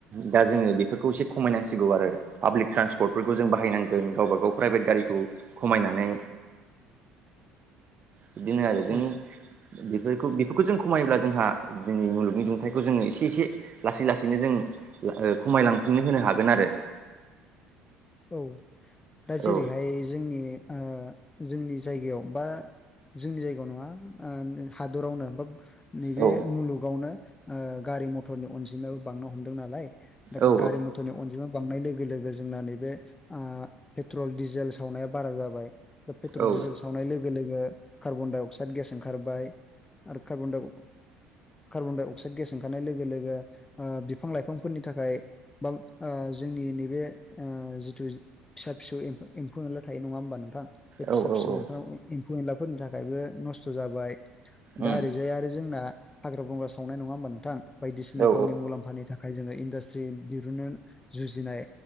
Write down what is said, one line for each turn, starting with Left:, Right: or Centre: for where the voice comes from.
Right: दा जोंङो बे बेफोरखौ एसे खमायनांसिगौ आरो पाब्लिक ट्रान्सपर्टफोरखौ जों बाहायनांगोन गावबा गाव प्राइभेट गारिखौ खमायनानै बिदिनो आरो जोंनि
Left: औ
Right: बेफोरखौ बेफोरखौ जों खमायोब्ला जोंहा दिनै मुलुगनि दुंथाइखौ जोंङो एसे एसे लासै लासैनो जों खमायलांफिननो होनो हागोन आरो
Left: औ दा जेरैहाय
Right: औ
Left: जोंनि जोंनि जायगायाव बा जोंनि जायगायाव नंङा हादरावनो बा नैबे
Right: औ
Left: मुलुगावनो गारि मथरनि अनजिमायाबो बांनो हमदों नालाय दा
Right: औ
Left: गारि मथरनि अनजिमा बांनाय लोगो लोगो जोंना नैबे पेट्रल डिजेल सावनाया बारा जाबाया पेट्रलिजेल
Right: औ
Left: सा सावनाय लोगो लोगो कार्बन डाइ अक्साइद गेस ओंखारबाय आरो कार्बनाइ कार्बन डाइ अक्साइद गेस ओंखारनाय लोगो लोगो बिफां लाइफांफोरनि थाखाय बा जोंनि नैबे जिथु फिसा फिसौ एम्फौ मोनला थायो नंङा होनोमबा नोंथां बे
Right: औ
Left: फिसा
Right: औ
Left: फिसौ
Right: औ
Left: एम्फौ एम्फौ एनलाफोरनि थाखायबो नस्थ' जाबाय
Right: उम
Left: दा ओरैजाय आरो जोंना हाग्रा बंग्रा सावनाय नंङा होमबा नोंथां बायदिसिना
Right: औ
Left: गावनि मुलाम्फानि थाखाय थाखाय जोंङो इडास्ट्रि दिरुननो जुजिनाय